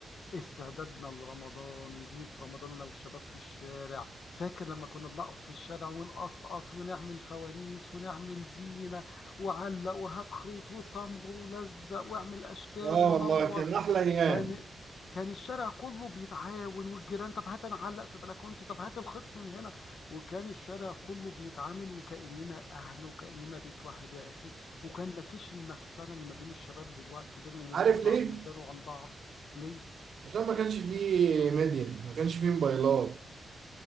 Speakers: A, on the left; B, on the right.
A: استعدادنا لرمضان وزينة رمضان انا والشباب في الشارع فاكر لما كنا بنقف في الشارع ونقصقص ونعمل فوانيس ونعمل زينه وعلق وهات خيط وصمغ ولزق واعمل اشكال
B: اه
A: ونور
B: والله كان احلى ايام
A: كان كان الشارع كله بيتعاون والجيران طب هات انا اعلق في بلكونتي طب هات الخيط من هنا وكان الشارع كله بيتعامل وكأننا اهل وكأننا بيت واحد يا اخي وكان مفيش النفسنة اللي ما بين الشباب دلوقتي بينهم
B: عارف
A: وبين
B: ليه
A: بعض ويداروا عن بعض ليه؟
B: عشان ما كانش فيه ميديا ما كانش فيه موبايلات